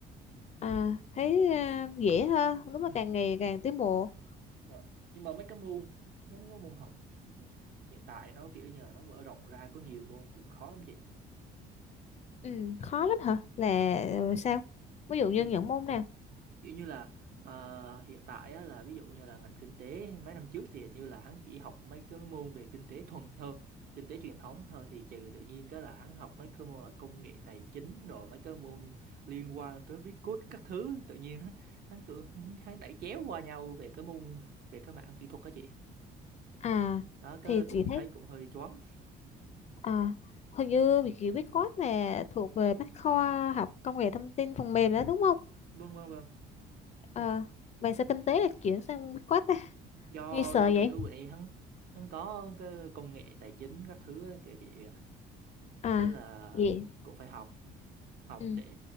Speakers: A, on the left; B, on the right.
A: à thấy à, dễ hơn đúng là
B: Ừ.
A: càng ngày càng tiến bộ
B: Rồi. Nhưng mà mấy cái môn mấy cái môn học ừ, hiện tại nó kiểu như là nó mở rộng ra có nhiều môn cũng khó lắm chị
A: ừ, khó lắm hả là ừ, sao ví dụ như
B: thì,
A: những môn nào
B: kiểu như là ờ, hiện tại á, là ví dụ như là ngành kinh tế mấy năm trước thì hình như là hắn chỉ học mấy cái môn về kinh tế thuần thôi kinh tế truyền thống thôi thì trừ tự nhiên cái là hắn học mấy cái môn là công nghệ tài chính rồi mấy cái môn liên quan tới viết code các thứ tự nhiên hắn hắn cứ hắn hắn đẩy chéo qua nhau về cái môn về cái mảng kỹ thuật đó chị
A: à
B: đó cái
A: thì
B: cũng
A: chị thấy
B: thấy cũng hơi choáng
A: à, hình như việc chị biết code là thuộc về bách khoa học công nghệ thông tin phần mềm đó đúng không
B: vâng vâng vâng
A: à, mà sao kinh tế là chuyển sang viết code
B: do
A: nghe sợ
B: do
A: vậy
B: kiểu bữa nay hắn hắn có cái công nghệ tài chính các thứ á, kìa kìa
A: à
B: cái là
A: vậy
B: cũng phải học học
A: ừ,
B: để